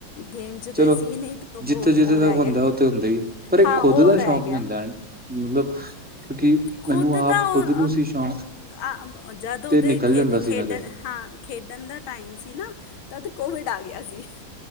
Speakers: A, on the left; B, in the centre.
A: ਗੇਮ 'ਚ
B: ਚਲੋ
A: ਤੇ ਸੀ ਨਹੀ ਉਹ
B: ਜਿੱਥੇ-ਜਿੱਥੇ
A: ਉਹ
B: ਤੱਕ
A: ਰਹਿ
B: ਹੁੰਦਾ,
A: ਗਿਆ
B: ਉੱਥੇ ਹੁੰਦਾ ਹੀ, ਪਰ ਇੱਕ
A: ਹਾਂ
B: ਖੁਦ
A: ਉਹ
B: ਦਾ
A: ਰਹਿ
B: ਸ਼ੌਕ
A: ਗਿਆ।
B: ਵੀ ਹੁੰਦਾ, ਹੈ, ਮਤਲਬ
A: <inaudible>
B: ਕਿਉਂਕਿ
A: ਖੁਦ
B: ਮੈਨੂੰ
A: ਤਾਂ
B: ਆਪ
A: ਉਹ
B: ਖੁਦ ਨੂੰ ਸੀ ਸ਼ੌਕ
A: ਅਹ ਜਦ ਉਹਦੇ
B: ਤੇ ਨਿਕਲ
A: ਖੇਡ
B: ਜਾਂਦਾ
A: ਖੇਡਣ
B: ਸੀ ਮੈਂ ਤੇ,
A: ਹਾਂ। ਖੇਡਣ ਦਾ ਟਾਈਮ ਸੀ ਨਾ ਤਦ ਕੋਵਿਡ ਆ ਗਿਆ ਸੀ।